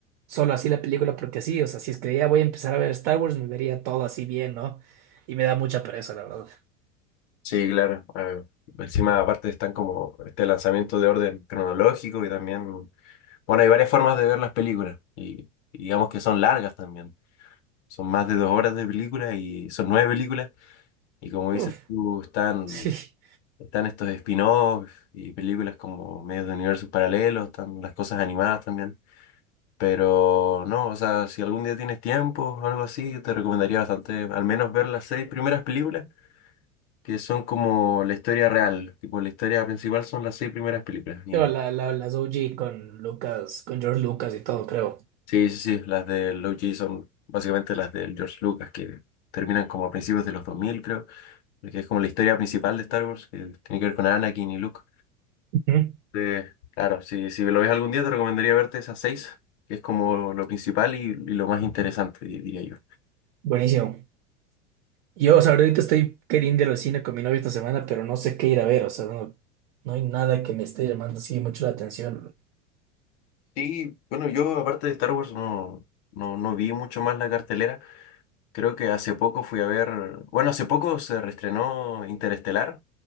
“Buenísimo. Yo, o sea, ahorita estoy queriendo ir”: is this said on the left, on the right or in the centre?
Right